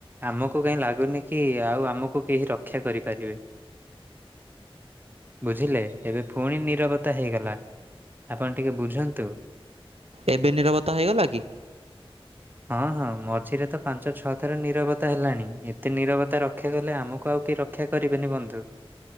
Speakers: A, on the right; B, on the right.
A: ଆମକୁ କାଇଁ ଲାଗୁନି କି ଆଉ ଆମକୁ କେହି ରକ୍ଷା କରିପାରିବେ। ବୁଝିଲେ ଏବେ ଫୁଣି ନିରବତା ହେଇଗଲା। ଆପଣ ଟିକେ ବୁଝନ୍ତୁ।
B: ଏବେ ନିରବତ୍ତା ହେଇଗଲା କି?
A: ହଁ ହଁ ମଝିରେ ତ ପାଞ୍ଚ ଛଅ ଥର ନିରବତା ହେଲାଣି ଏତେ ନିରବତା ରକ୍ଷା କଲେ ଆମକୁ ଆଉ ରକ୍ଷା କରିବେନି ବନ୍ଧୁ।